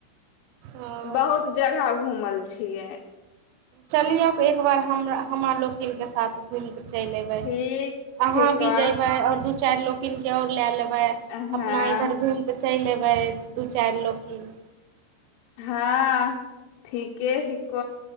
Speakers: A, on the right; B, on the left.
A: ओ
B: बहुत जगह घूमल छियै
A: चलियोक एक बार हमरा हमरालोकिन से साथ घूम- चैल एबै
B: ठीक
A: अहाँ
B: छिको
A: भी जैबै आर दू - चारि लोकिन कै आओर ले लेब -बै
B: हँ
A: अपना इधर घूम के चैल ऐबै चैल ऐबै दो चारि लोकिन
B: हाँ ठीके हिकख